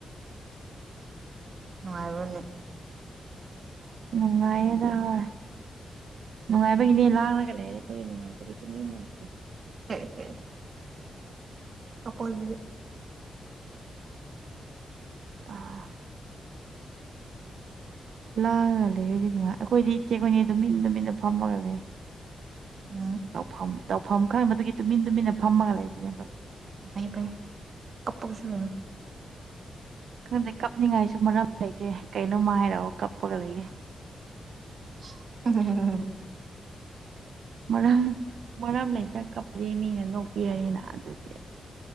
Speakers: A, on the right; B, on the right.
A: ꯅꯨꯡꯉꯥꯏꯕꯅꯦ
B: ꯅꯨꯡꯉꯥꯏꯌꯦꯗ ꯍꯣꯏ ꯅꯨꯡꯉꯥꯏꯕꯒꯤꯅꯦ
A: ꯎꯝ
B: ꯂꯥꯡꯉꯒ ꯂꯩꯔꯦ꯫ ꯑꯩꯈꯣꯏꯗꯤ ꯅꯨꯡꯉꯥꯏꯇꯕꯩ ꯇꯨꯃꯤꯟꯅ ꯂꯩ
A: <unintelligible> ꯑꯀꯣꯟꯕꯗ
B: <inaudible> ꯂꯥꯡꯉꯒ ꯂꯩꯔꯗꯤ ꯅꯨꯡꯉꯥꯏ ꯑꯩꯈꯣꯏꯗꯤ ꯏꯆꯦꯈꯣꯏꯅꯤꯗꯤ ꯇꯨꯃꯤꯟ ꯇꯨꯃꯤꯟꯅ ꯐꯝꯃꯒ ꯂꯩꯔꯦ ꯫
A: ꯎꯝ
B: ꯇꯧꯐꯝ ꯇꯧꯐꯝ ꯈꯪꯗꯕꯒꯤ ꯇꯨꯃꯤꯟ ꯇꯨꯃꯤꯟꯅ ꯐꯝꯃꯒ ꯂꯩꯕꯅꯦꯕ ꯫
A: ꯐꯩ ꯐꯩ ꯀꯞꯄꯨꯁꯨꯅ
B: ꯈꯪꯗꯦ ꯀꯞꯅꯤꯡꯉꯥꯏꯁꯨ ꯃꯔꯝ ꯂꯩꯇꯦ ꯀꯩꯅꯣꯝꯃ ꯍꯥꯏꯔꯒ ꯀꯞꯄꯒ ꯂꯩꯒꯦ ꯫
A: <unintelligible> <inaudible>
B: ꯃꯔꯝ ꯃꯔꯝ ꯂꯩꯇ꯭ꯔꯥ ꯀꯞꯄꯗꯤ ꯃꯤꯅ ꯅꯣꯛꯄꯤꯔꯅꯤꯅ ꯑꯗꯨꯒꯤ ꯫